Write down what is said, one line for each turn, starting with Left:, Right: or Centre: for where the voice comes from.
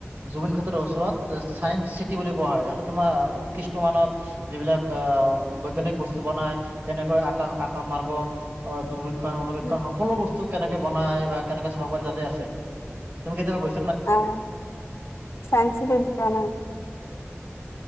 Right: জুবিনক্ষেত্ৰৰ ওচৰত, তাচ চায়েঞ্চ চিটি বুলি কোৱা হয়, তাতে তোমাৰ উৎকৃষ্ট মানৰ যিবিলাক বৈজ্ঞানিক বস্তু বনায় কেনেকৈ আকাশ-আকাশ মাৰ্গ, অ' দুৰ্বিক্ষণ অণুবীক্ষণ,
Left: উম
Right: সকলো বস্তু কেনেকে বনাই বা কেনেকৈ চাব পাৰি তাতে আছে, তুমি কেতিয়াবা গৈ
Left: অহ' চাইন চিটিত যোৱা নাই?